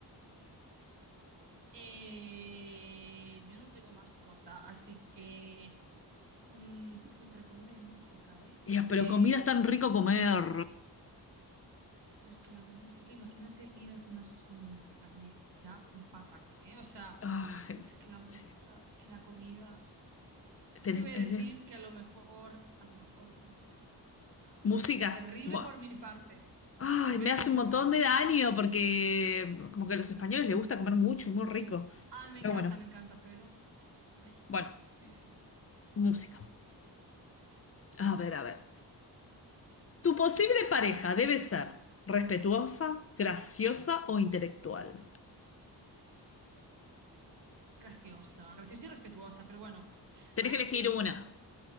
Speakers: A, on the right; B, on the left.
A: Eh, yo no tengo mascota, así que... mm, uf, entre comida y música, ¿eh? Es
B: Ya,
A: que...
B: pero comida es tan rico comer.
A: Pero es que la música, imagínate ir al gimnasio sin música, me da un parraque, ¿eh? O sea,
B: Ay,
A: pues es que la música,
B: sí.
A: es que la comida. Yo
B: Tenés-
A: te voy a
B: eh,
A: decir que a lo mejor, a lo mejor música. ¿eh? En plan,
B: música.
A: terrible
B: Bueno.
A: por mi parte,
B: Ay,
A: porque
B: me
A: a
B: hace
A: mí me gusta
B: un montón
A: comer.
B: de daño porque como que a los españoles les gusta comer mucho, muy rico.
A: Ay, me
B: Pero
A: encanta,
B: bueno,
A: me encanta, pero. Ay,
B: bueno,
A: sí, sí.
B: música. A ver, a ver. Tu posible pareja debe ser respetuosa, graciosa o intelectual.
A: Graciosa, graciosa y respetuosa, pero bueno.
B: Tenés
A: Voy a
B: que elegir
A: decir.
B: una.